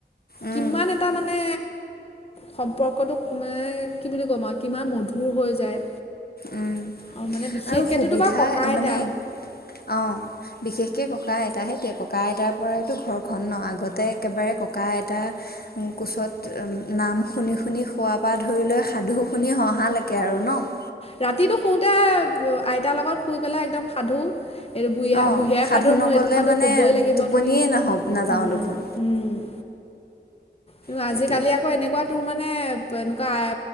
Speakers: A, on the left (about 55°); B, on the left (about 30°).
A: উম,
B: কিমান এটা মানে সম্পৰ্কটোক মানে, কি বুলি ক'ম আৰু কিমান মধুৰ হৈ যায়।
A: উম।
B: আৰু মানে বিশেষকৈতো
A: আৰু সুবিধা
B: বাৰু ককা
A: মানে
B: আইতা
A: অ' বিশেষকৈ ক'বলৈ ককা-আইতাহে সেইটোৱে, ককা-আইতাৰ পৰাইতো ঘৰখন ন', আগতে একেবাৰে ককা-আইতা কোচত এ নাম শুনি শুনি শুৱা পৰা ধৰি লৈ, সাধু শুনি হঁহালৈকে আৰু ন'?
B: ৰাতিটো শুতে, আইতাৰ লগত শুই পেলাই একদম সাধু এইটো বুঢ়িয়া,
A: অঁ
B: বুঢ়িয়াৰ সাধু মোৰ
A: নক'লে
B: এইটো সাধু
A: মানে
B: ক'বই লাগিব
A: টোপনিয়েই
B: তুমি,
A: নাহ নাযাওঁ
B: উম,
A: দেখোন
B: উম। কিন্তু
A: সেইটোৱে
B: আজিকালি আকৌ এনেকুৱা তোৰ মানে, এনেকুৱা আ